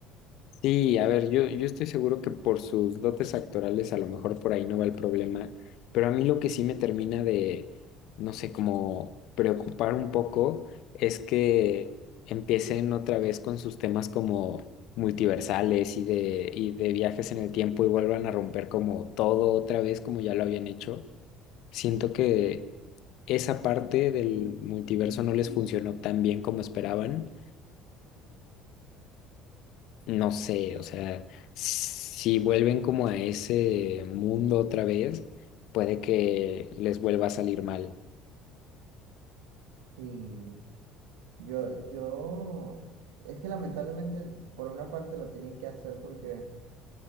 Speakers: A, on the left; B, on the right.
A: Sí, a ver, yo, yo estoy seguro que por sus dotes actorales a lo mejor por ahí no va el problema, pero a mí lo que sí me termina de, no sé, como preocupar un poco es que empiecen otra vez con sus temas como multiversales y de, y de viajes en el tiempo y vuelvan a romper como todo otra vez como ya lo habían hecho. Siento que esa parte del multiverso no les funcionó tan bien como esperaban no sé, o sea, si vuelven como a ese mundo otra vez, puede que les vuelva a salir mal.
B: Y yo, yo, es que lamentablemente por una parte lo tienen que hacer porque